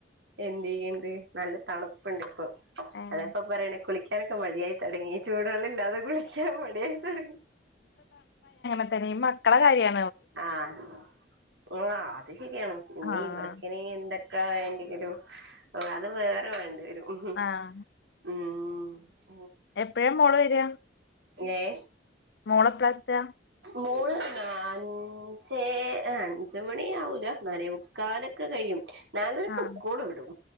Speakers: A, on the right (about 75°); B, on the left (about 65°).
A: എന്ത് ചെയ്യ്ണ്ട് നല്ല തണുപ്പ്ണ്ട് ഇപ്പം
B: ഏഹ്
A: അതാപ്പ പറയ്ണ് കുളിക് എനക്ക് മടിയായ് തൊടങ്ങി ചൂട് വെള്ളല്ലാതെ കുളിക്കാൻ മടിയായി തൊടങ്ങി
B: തന്നേ ഈ മക്കളെ കാര്യാ
A: ആഹ് <unintelligible> അത് ശരിയാണ് ഇമ്മേ
B: ആഹ്
A: ഇവർക്കിനി എന്തെ ക്കാ വേണ്ടങ്ങിലും ഓ അത് വേറെ വേണ്ടി വരും ഉഹും
B: ആഹ്
A: ഉം ഉം
B: എപ്പഴാ മോള് വരാ?
A: ഞ്ഞെ
B: മോളെപ്ലാഎത്താ
A: മോള് ന്നാ അൻ അഞ്ചേ അഞ്ചുമണി ആവൂല നാലേമുക്കാലൊക്കെ കഴിയും നാലരക്ക്
B: ആഹ്
A: സ്കൂള് വിടും